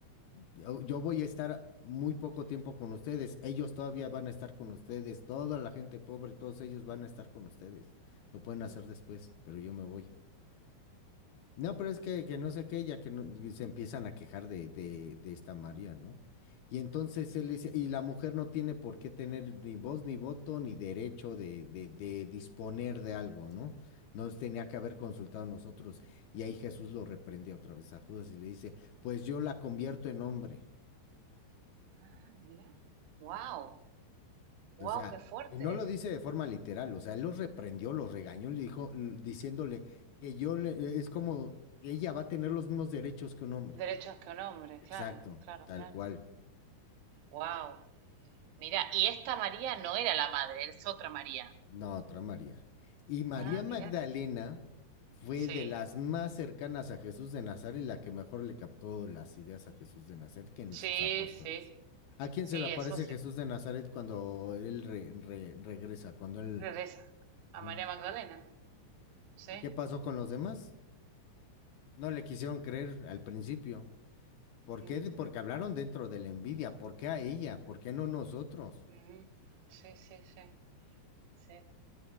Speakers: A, on the left; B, on the right.
A: Yo, yo voy a estar muy poco tiempo con ustedes. Ellos todavía van a estar con ustedes. Toda la gente pobre, todos ellos van a estar con ustedes. Lo pueden hacer
B: mm.
A: después, pero yo me voy. No, pero es que, que no sé qué, ya que no- y se empiezan a quejar de, de, de esta María, ¿no? Y entonces él dice, y la mujer no tiene por qué tener ni voz, ni voto, ni derecho de, de, de disponer de algo, ¿no? Nos tenía que haber consultado a nosotros. Y ahí Jesús lo reprendía otra vez a Judas y le dice, pues yo la convierto en hombre.
B: Ah, mirá. Wow,
A: O
B: wow,
A: sea,
B: qué fuerte.
A: y no lo dice de forma literal, o sea, él los reprendió, los regañó, le dijo, l- diciéndole que yo le, eh, es como que ella va a tener los mismos derechos que un hombre.
B: Derechos que un hombre,
A: Exacto,
B: claro, claro,
A: tal
B: claro.
A: cual.
B: Wow. Mirá, y esta María no era la madre, es otra María.
A: No, otra María. Y María
B: Ah,
A: Magdalena
B: mirá.
A: fue
B: Sí.
A: de las más cercanas a Jesús de Nazaret y la que mejor le captó las ideas a Jesús de Nazaret, que en
B: Sí,
A: sus apóstoles.
B: sí,
A: ¿A quién
B: sí,
A: se le aparece
B: eso sí.
A: Jesús de Nazaret cuando él re- re- regresa? Cuando él...
B: Regresa
A: Ujú.
B: a María Magdalena. Sí.
A: ¿Y qué pasó con los demás? No le quisieron creer al principio. ¿Por
B: Mm,
A: qué? Porque hablaron dentro de la envidia. ¿Por qué a ella? ¿Por qué no nosotros?
B: mm, Sí, sí, sí, sí.